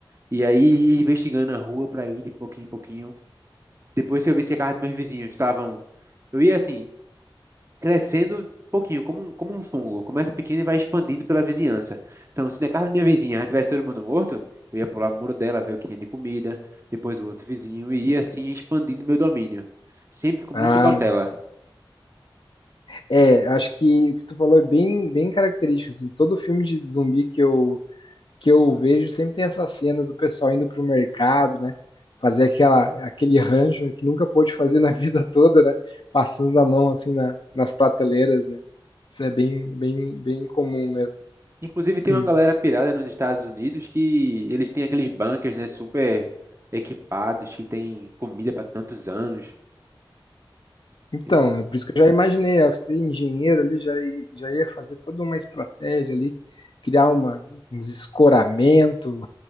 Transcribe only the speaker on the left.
Ah,
é, acho que o que tu falou é bem, bem característico, assim, todo filme de zumbi que eu, que eu vejo sempre tem essa cena do pessoal indo pro mercado, né? Fazer aquela, aquele rancho que nunca pôde fazer na <laughs> vida toda, né? Passando a mão assim na- nas prateleiras, né? Isso é bem, bem, bem comum mesmo.
Hum.
Então,
é por isso que eu já imaginei, ó, ser engenheiro ali, já, i- já ia fazer toda uma estratégia ali, criar uma, uns escoramento,